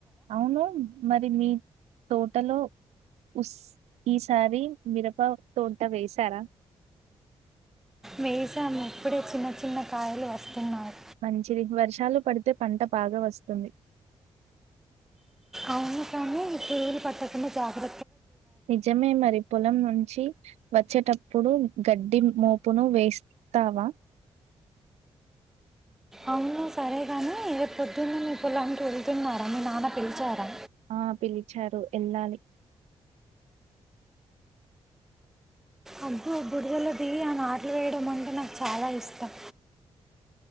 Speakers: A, on the right; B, in the centre.
A: అవునూ మరి మీ తోటలో ఉస్ ఈసారీ మిరప తోట్ట వేసారా
B: మేజాము ఇప్పుడే చిన్న చిన్న కాయలు వస్తున్నాయ్
A: మంచిది వర్షాలు పడితే పంట బాగా వస్తుంది
B: అవును కనీ పురుగులు పట్టకుండ జాగ్ర
A: నిజమే మరి పొలం చ్చి వచ్చేటప్పుడు గడ్డి మోపును వేస్తావా
B: అవును సరే గాని రేప్పొద్దున్నే మీ పొలానికి వెళ్తున్నారా మీ నాన్న పిల్చారా
A: ఆ పిలిచారు ఎళ్ళాలి
B: అబ్బు బుడదల దిగి ఆ నాట్లు వేయడం అంటే నాకు చాలా ఇష్టం